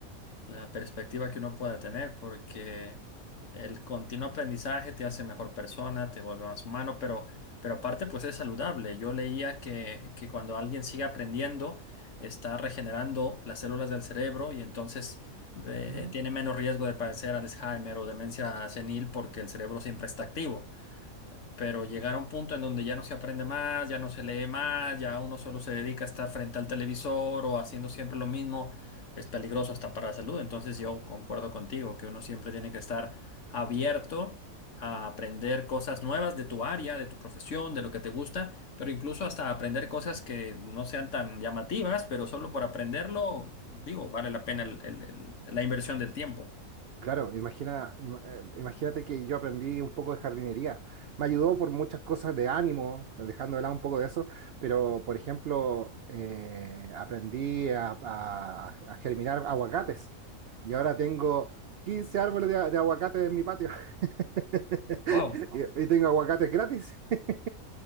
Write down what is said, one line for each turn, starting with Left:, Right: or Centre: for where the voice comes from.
Left: la perspectiva que uno pueda tener, porque el continuo aprendizaje te hace mejor persona, te vuelve más humano, pero, pero aparte pues es saludable. Yo leía que, que cuando alguien sigue aprendiendo, está regenerando las células del cerebro y entonces eh,
Right: Ujú.
Left: tiene menos riesgo de padecer Alzheimer o demencia senil porque el cerebro siempre está activo pero llegar a un punto en donde ya no se aprende más, ya no se lee más, ya uno solo se dedica a estar frente al televisor o haciendo siempre lo mismo, es peligroso hasta para la salud. Entonces yo concuerdo contigo que uno siempre tiene que estar abierto a aprender cosas nuevas de tu área, de tu profesión, de lo que te gusta, pero incluso hasta aprender cosas que no sean tan llamativas, pero solo por aprenderlo, digo, vale la pena el- el- el- la inversión del tiempo.
Right: Claro, imagina, ima- eh, imagínate que yo aprendí un poco de jardinería. Me ayudó por muchas cosas de ánimo, dejando de lado un poco de eso, pero por ejemplo, eh, aprendí a, a- a germinar aguacates y ahora tengo 15 árboles de, de aguacate en mi patio <laughs>
Left: Wow,
Right: y, y tengo aguacates gratis. <laughs>